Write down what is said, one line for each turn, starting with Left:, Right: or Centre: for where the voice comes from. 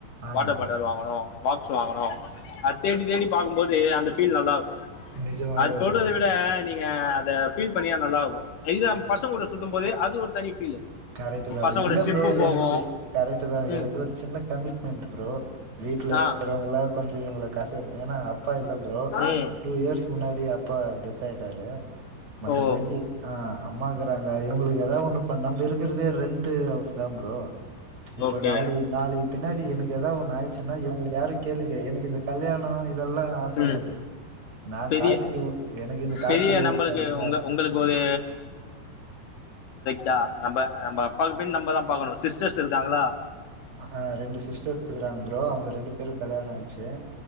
Right: ஆ
Left: வாட்டர்
Right: ப்ரோ
Left: பாட்டில் வாங்கணு பாக்ஸ் வாங்கணு அது தேடி தேடி பாக்கும்போது அந்த ஃபீல் நல்லா இருக்
Right: நிஜமாவே
Left: அது சொல்றத
Right: ப்ரோ
Left: விட நீங்க அத ஃபீல் பண்ணினா நல்லா இருக்கு எல்லாம் பசங்களுடைய சுத்தும் போது அது ஒரு தனி ஃபீலு
Right: கரெக்ட்டு தா
Left: பசங்க
Right: இல்ல
Left: கூட ட்ரிப்பு
Right: ப்ரோ
Left: போவோம்
Right: எனக்கு கரெக்ட்டு தா
Left: ம்
Right: எனக்கு ஒரு சின்ன கமிட்மெண்ட்டு ப்ரோ வீட்ல
Left: ஆ
Right: இருக்றவங்கள கொஞ்ச எவ்ளோ காசு எடு ஏனா அப்பா இல்ல ப்ரோ
Left: ம்
Right: ஒரு டூ இயர்ஸ் முன்னாடி அப் பா டெத் ஆயிட்டாரு மத்த
Left: ஓ
Right: படி ஆஹ் ஆம்மாக்கு இப்ப இவங்களுக்கு ஏதா ஒன்னு பண்ணாம நம்ம இருக்கறதே ரெண்ட் ஹவுஸ் தான் ப்ரோ இப்ப
Left: ஓகே
Right: நாலி நாலி பின்னாடி எனக்கு ஏதா ஒன்னு ஆயிடுச்சுன்னா இவங்களுக்கு யாரு கேள்விக்கா எனக்கு இந்த கல்யாண இதெல்லா ஆச
Left: ம்
Right: இல்ல ப்ரோ நா
Left: பெரிய
Right: காசி எனக்கு இந்த காசி
Left: பெரிய
Right: ஓடுலன்றது
Left: நம்மளுக்கு உங்க
Right: ஆச
Left: உங்களுக்கு ஒரு ட்டா நம்ம நம் அப்பாக்கு பின் நம்ப தா பாக்கணு சிஸ்டர்ஸ் இருக்காங்களா
Right: ஆ ஆ ரெண்டு சிஸ்டர் றாங்க ப்ரோ அவங்க ரெண்டு பேரும் கல்யாண ஆச்சு